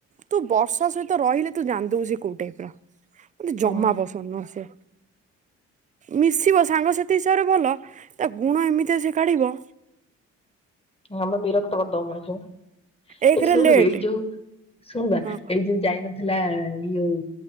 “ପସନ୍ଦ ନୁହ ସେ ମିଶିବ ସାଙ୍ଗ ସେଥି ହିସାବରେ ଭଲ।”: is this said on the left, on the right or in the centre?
Right